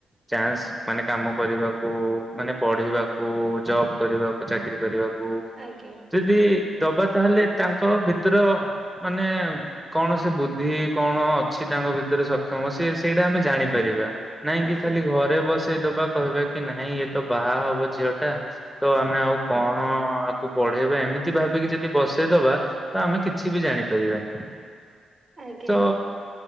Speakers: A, in the centre; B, on the right.
A: ଚାନ୍ସ ମାନେ କାମ କରିବାକୁ ମାନେ ପଢିବାକୁ ଜବ କରିବାକୁ ଚା ଚାକିରି କରିବା ଯଦି
B: ଆଜ୍ଞା
A: ଦବା ତାହେଲେ ତାଙ୍କ ଭିତର ମାନେ କଣ ସେ ବୁଦ୍ଧି କଣ ଅଛି ତାଙ୍କ ଭିତରେ ସକ୍ଷମ ସେ ସେଇଟା ଆମେ ଜାଣିପାରିବା। ନାଇଁକି
B: ଆଜ୍ଞା।
A: ଖାଲି ଘରେ ବସେଇଦବା କହିବା କି? ନାହିଁ ଇଏ ତ ବାହା ହବ ଝିଅ ଟା ତ ଆମେ ଆଉ କଣ ଆକୁ ପଢେଇବା ଏମିତି ଭାଵି ଯଦି ବସେଇଦବା ତ ଆମେ କିଛି ବି ଜାଣି ପାରିବାନି।
B: ଆଜ୍ଞା
A: ତ